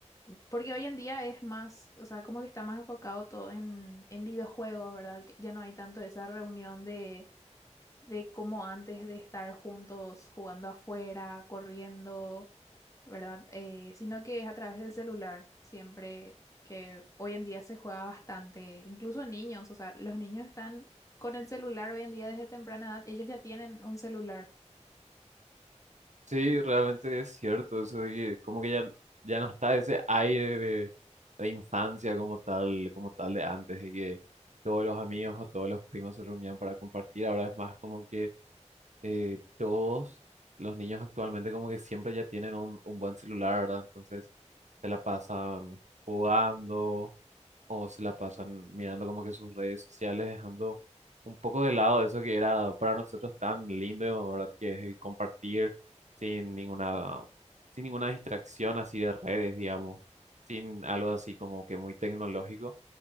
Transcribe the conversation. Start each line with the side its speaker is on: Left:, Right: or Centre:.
Left: Porque hoy en día es más, o sea, como que está más enfocado todo en, en videojuegos, ¿verdad? Que Ya no hay tanto esa reunión de de cómo antes de estar juntos jugando afuera, corriendo, ¿verdad? Eh, sino que es a través del celular, siempre que hoy en día se juega bastante, incluso niños, o sea, los niños están con el celular hoy en día desde temprana edad, ellos ya tienen un celular.
Right: Sí, realmente es cierto, eso de que como que ya, ya no está ese aire de, de infancia como tal, como tal de antes, de que todos los amigos o todos los primos se reunían para compartir, ahora es más como que eh, todos los niños actualmente como que siempre ya tienen un, un buen celular, ¿verdad? Entonces se la pasan jugando o se la pasan mirando como que sus redes sociales, dejando un poco de lado eso que era para nosotros tan lindo, ¿verdad? Que es el compartir sin ninguna, sin ninguna distracción así de redes, digamos, sin algo así como que muy tecnológico.